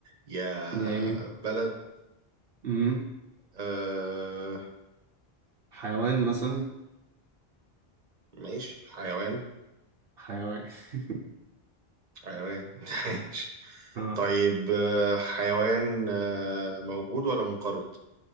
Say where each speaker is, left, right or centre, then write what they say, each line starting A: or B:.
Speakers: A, on the right; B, on the right.
A: يا
B: يا إيه
A: بلد
B: امم
A: آه،
B: حيوان مثلا
A: ماشي حيوان
B: حيوان <laughs>
A: حيوان <laughs> ماشي
B: اه
A: طيب آه، حيوان آه، موجود ولا منقرض